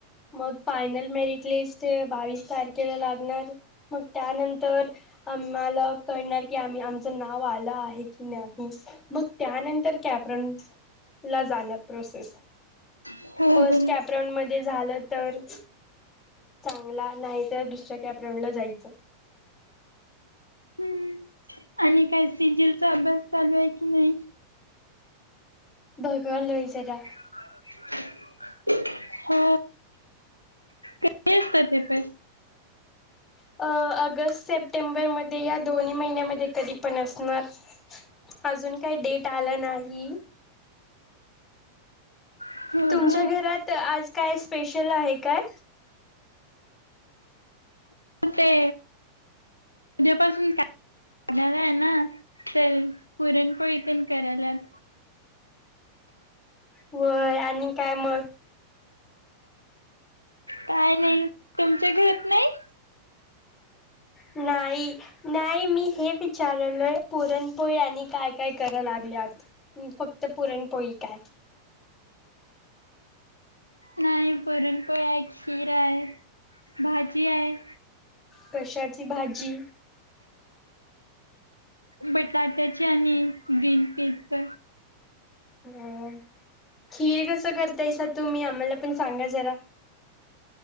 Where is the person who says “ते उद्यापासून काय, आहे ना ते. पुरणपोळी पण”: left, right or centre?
Left